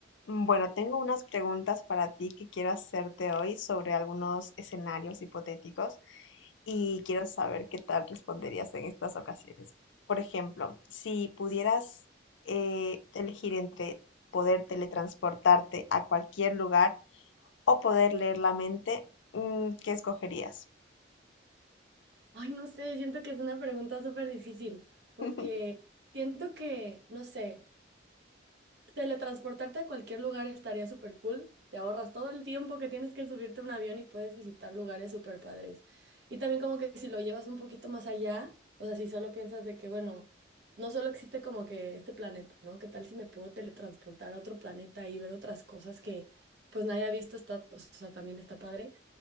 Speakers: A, on the left; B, on the right.
A: Mm, Bueno, tengo unas preguntas para ti que quiero hacerte hoy sobre algunos escenarios hipotéticos y quiero saber qué tal responderías en estas ocasiones. Por ejemplo, si pudieras eh, elegir entre poder teletransportarte a cualquier lugar o poder leer la mente, mm, ¿qué escogerías?
B: Ay, no sé, siento que es una pregunta súper difícil, porque
A: <laughs>
B: siento que, no sé, teletransportarte a cualquier lugar estaría súper cool. Te ahorras todo el tiempo que tienes que subirte a un avión y puedes visitar lugares súper padres. Y también como que si lo llevas un poquito más allá, o sea, si solo piensas de que, bueno, no solo existe como que este planeta, ¿no? ¿Qué tal si me puedo teletransportar a otro planeta y ver otras cosas que pues nadie ha visto? Está, o sea, también está padre,